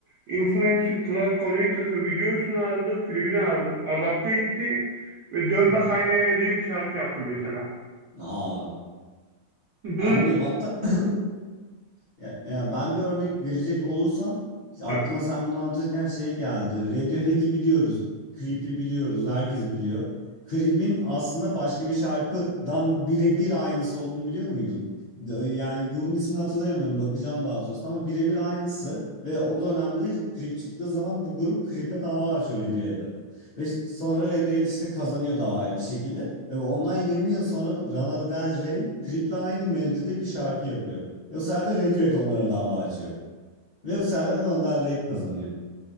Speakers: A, on the right (about 75°); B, on the left (about 60°).
A: In Flames'in Cloud Connected'ın videosunu aldı. Klibini aldı. Adapte etti. Ve Dön
B: <laughs>
A: Bak Aynaya diye bir şarkı yaptı mesela.
B: Aa,
A: Bu
B: anlıyorum hatta <coughs> Ya, ya ben bir örnek verecek olursam işte aklıma
A: tabii.
B: sen bunu anlatırken şey geldi. Radiohead'i biliyoruz. Creep'i biliyoruz. Herkes biliyor. Creep'in aslında başka bir şarkıdan birebir aynısı olduğunu biliyor muydun? D- Yani grubun ismini hatırlayamıyorum. Bakacağım daha sonrasında ama birebir aynısı. Ve o dönemde Creep çıktığı zaman bu grup Creep'e dava açıyor Radiohead'e. Ve sonra Radiohead işte kazanıyor davayı bir şekilde. Ve ondan 20 yıl sonra Lana Del Rey Creep'le aynı melodide bir şarkı yapıyor. Bu sefer de Radiohead onlara dava açıyor. Ve bu sefer de Lana Del Rey kazanıyor.